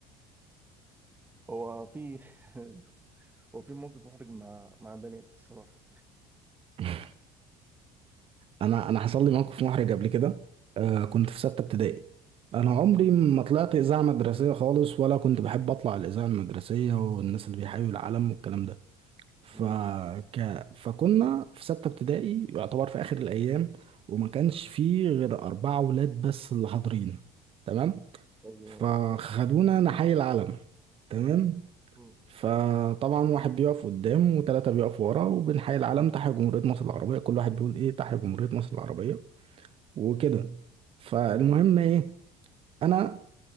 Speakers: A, on the right; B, on the right.
A: هو في <laughs> هو في موقف محرج مع مع بنات الصراحه
B: <laughs> انا انا
A: <laughs>
B: حصل لي موقف محرج قبل كده آه كنت في سته ابتدائي انا عمري
A: امم
B: ما طلعت اذاعه مدرسيه خالص ولا كنت بحب اطلع الاذاعه المدرسيه والناس اللي بيحيوا العالم والكلام ده فك...
A: امم
B: فكنا في سته ابتدائي يعتبر في اخر الايام وما كانش فيه غير اربعه ولاد بس اللي حاضرين تمام
A: ايوه
B: فخدونا نحيي العالم تمام
A: امم
B: فطبعا واحد بيقف قدام وثلاثة بيقفوا ورا وبنحيي العلم تحيا جمهورية مصر العربية كل واحد بيقول ايه تحيا جمهورية مصر العربية وكده فالمهم
A: ايوه
B: ايه انا